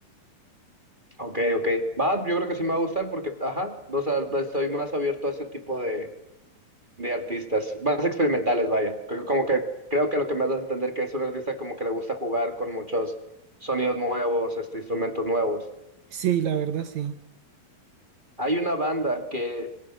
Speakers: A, on the right; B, on the right.
A: Ok, ok. Va, yo creo que sí me va a gustar porque, ajá, o sea, estoy más abierto a ese tipo de, de artistas, más experimentales, vaya. Creo- Como que creo que lo que me das a entender que es un artista como que le gusta jugar con muchos sonidos nuevos, este, instrumentos nuevos.
B: Sí, la verdad, sí.
A: Hay una banda que